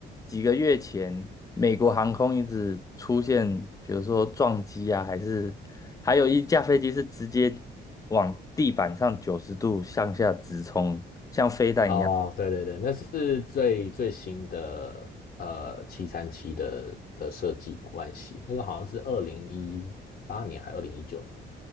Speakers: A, on the left; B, on the left.
A: 几个月前，美国航空一直出现，比如说撞击啊，还是还有一架飞机是直接往地板上九十度向下直冲，像飞弹一样。
B: 哦，对对对，那是最最新的呃七三七的的设计关系，那个好像是二零一八年还二零一九年，